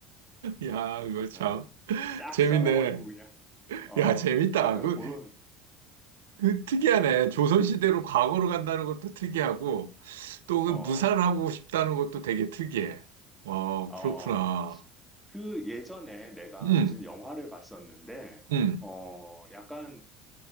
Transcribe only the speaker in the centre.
어? 싹
썰어버리고 그냥. 어,
약간
그런,
어,
어,
그 예전에 내가
무슨 영화를 봤었는데,
어, 약간